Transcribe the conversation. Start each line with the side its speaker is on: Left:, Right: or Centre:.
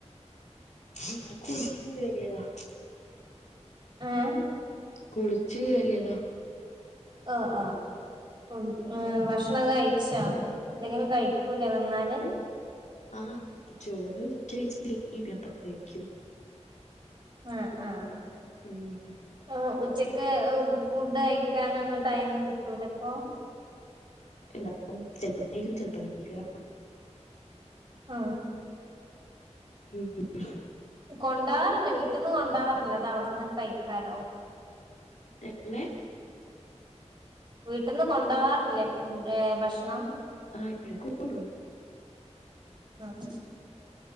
Left: <unintelligible>
Right: ആഹഏ
Left: കുളിച്ചു കേയറിയതാ.
Right: ആഹ ആ ഉ ഏ വഷ ഭക്ഷണം കഴിച്ചോ? എന്തെങ്കിലും കഴിക്കൂലേ വന്നാല്
Left: ആഹ ചോറ് ഉച്ചപ്പ <inaudible>
Right: ആഹ ആഹ
Left: ഉം
Right: ആ ഉച്ച ഫുഡ് കഴിക്കാനൊന്നും ടൈം കിട്ടൂലപ്പൊ?
Left: ണ്ടാവും ചെല്പം കഴിക്കും ചെല്പം കഴിക്കില്ല
Right: ആഹ
Left: ഉം ഉ
Right: കൊണ്ടാറല്ലേ വീട്ടീന്ന് കൊണ്ടാറല്ലോ അത വിടുന്ന് കഴിക്കാലോ?
Left: എങ്ങനെ.
Right: വീട്ടന്ന് കൊണ്ടോവാറില്ലേ ഭക്ഷണം?
Left: ആഹ ഇടക് കൊണ്ട് പോവും
Right: ആഹ